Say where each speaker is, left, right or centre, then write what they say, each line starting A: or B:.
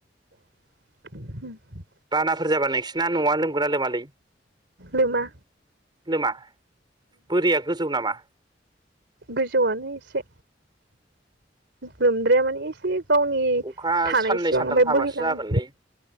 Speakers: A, on the right (about 70°); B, on the right (about 25°).
A: <unintelligible>
B: बानाफोर जाबा नोंसि ना नआ लोमोगोन ना लोमालै?
A: लोमा
B: लोमा? बोरिया गोजौ नामा
A: गोजौआनो एसे। लोमद्राया माने एसे गावनि
B: अखा
A: थानायसिबां
B: साननै सानथाम
A: ओमफ्राय
B: हाबासो
A: बोहैलाङो
B: जागोनलै